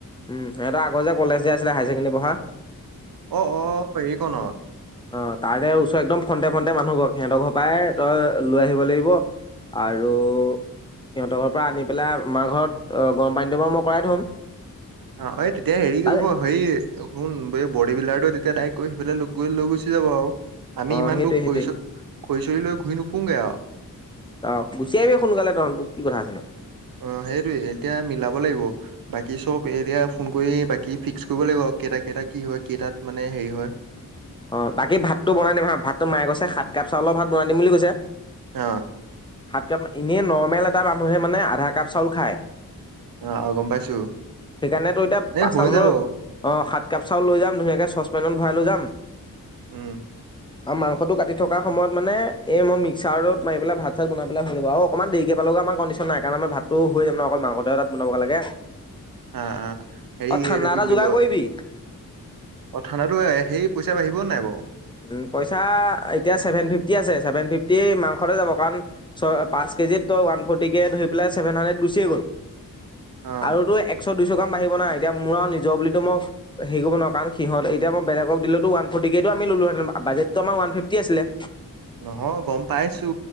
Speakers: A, on the left (about 15°); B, on the right (about 80°).
A: উম সিহঁতৰ আগৰ যে কলেজ যে আছিলে হাই-ছেকেণ্ডেৰী পঢ়া
B: অ অ এইখনত
A: অ, তাৰে ওচৰত একদম ফ্ৰণ্টে ফ্ৰন্টে মানুহ গ'ল সিহঁতৰ ঘৰত পাইয়ে তই লৈ আহিব লাগিব আৰু সিহঁতৰ ঘৰৰ পৰা আনি পেলাই আমাৰ ঘৰত অ গৰম পানীটো বাৰু মই কৰাই থ'ম।
B: অ, এই তেতিয়া হেৰি কৰিব
A: তাৰে
B: হৈয়ে শুন বে বডী-বিল্ডাৰটোৱে তেতিয়া ডাইৰেক্ট গৈ সিফালে লগ গৈ লৈ গুচি যাব আৰু আমি
A: অ
B: ইমান
A: সেইটোৱে
B: দূৰ
A: সেইটোৱে
B: খৰি-চৰি লৈ, খৰি-চৰি লৈ ঘূৰি নুফুঙে আৰু
A: অ, গুচি আহিবি সোনকালে তহঁতবোৰ কি কথা আছে নো
B: অ, সেইটোৱে এতিয়া মিলাব লাগিব, বাকী চব এতিয়া ফোন কৰি বাকী ফিক্স কৰিব লাগিব কেইটা কেইটা কি হয়? কেইটাত মানে হেৰি হয়?
A: অ' বাকী ভাতটো বনাই দিম হা, ভাতটো মায়ে গৈছে সাত কাপ চাউলৰ ভাত বনাই দিম বুলি কৈছে।
B: অ'।
A: সাত কাপ ইনেই নৰ্মেল এটা মানুহে মানে আধা কাপ চাউল খায়।
B: অ'- অ' গম পাইছো।
A: সেইকাৰণেটো এতিয়া
B: এ
A: পাঁচটা
B: হৈ
A: মানুহৰ
B: যাব
A: অ' সাত কাপ চাউল লৈ যাম ধুনীয়াকে চচ <unintelligible> ভৰাই লৈ যাম।
B: উম,
A: আৰু মাংসটো কাটি থকা সময়ত মানে এই মই মিক্সাৰত মাৰি পেলাই ভাত চাত বনাই পেলাই হৈ যাব আৰু অকনমান দেৰিকে পালেওঁগে আমাৰ কণ্ডিচন নাই, কাৰণ আমাৰ ভাততো হৈ যাব ন অকল মাংসতোহে তাত বনাবগে লাগে।
B: অ অ হেৰি
A: অ', ঠাণ্ডা
B: এইটো কি
A: এটা
B: বুলি
A: যোগাৰ
B: কয়
A: কৰিবি।
B: অ', ঠাণ্ডাতো এ হেৰি পইচা বাঢ়িব নাই বাওঁ?
A: উ পইচা এতিয়া ছেভেন ফিফটি আছে, ছেভেন ফিফ গেই মাংসতে যাব কাৰণ ছ পাঁচ কেজিত ত ওৱান ফৰ্টি কে ধৰি পেলাই ছেভেন হাণ্ড্ৰেড গুচিয়ে গ'ল।
B: অ
A: আৰু তো একশ দু কাম বাঢ়িব না এতিয়া মোৰ আৰু নিজৰ বুলিটো মই হেৰি কৰিব নোৱাৰোঁ। কাৰণ সিহঁত এতিয়া মই বেলেগক দিলেটো ওৱান ফৰ্টি কেই ত আ আমি ললো হেতেন বাজেট টো আমাৰ ওৱান ফিফটি আছিলে৷
B: নহয় গম পাইছো